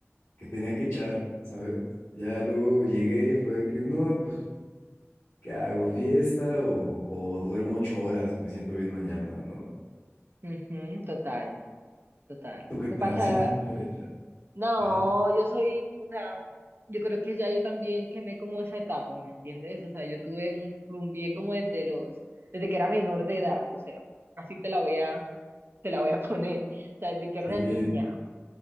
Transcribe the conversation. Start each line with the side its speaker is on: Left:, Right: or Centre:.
Left: que tenía que echar, ¿sabes? Ya luego llegué y fue que, no, pues, ¿qué hago? ¿Fiesta o, o duermo ocho horas y me siento bien mañana, ¿no?
Right: ujú, total, total.
Left: ¿Tú qué
Right: Me
Left: tal?
Right: pasa,
Left: Si eres mucho de echar.
Right: no,
Left: Ajá.
Right: yo soy, o sea, yo creo que ya yo también quemé como esa etapa, ¿me entiendes? O sea, yo tuve, mu- rumbié como desde los, desde que era menor de edad, o sea, así te la voy a te la voy a <laughs> poner, o sea, desde que era
Left: Sí,
Right: una niña,